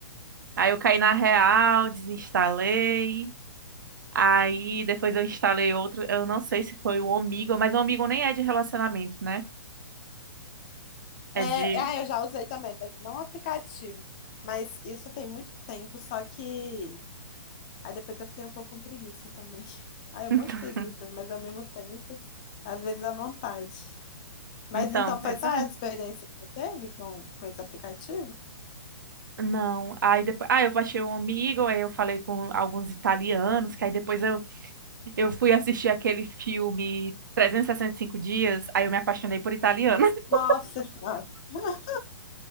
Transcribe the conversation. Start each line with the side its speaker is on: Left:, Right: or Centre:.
Right: Aí eu caí na real, desinstalei. Aí depois eu instalei outro. Eu não sei se foi o Omigo, mas o Omigo nem é de relacionamento, né? É
Left: É,
Right: de.
Left: é, ah, eu já usei também, mas não aplicativo. Mas isso tem muito tempo, só que. Aí depois eu fiquei um pouco com preguiça também. <laughs> Ai, é
Right: <laughs>
Left: um monte de preguiça, mas ao mesmo tempo, às vezes à vontade. Mas
Right: Então,
Left: então
Right: pois
Left: foi só
Right: é.
Left: essa experiência que você teve com, com esse aplicativo?
Right: Não, aí depois, ah, eu achei um amigo, aí eu falei com alguns italianos, que aí depois eu, eu fui assistir aquele filme 365 dias, aí eu me apaixonei por italiano. <laughs>
Left: Nossa Senhora! <laughs>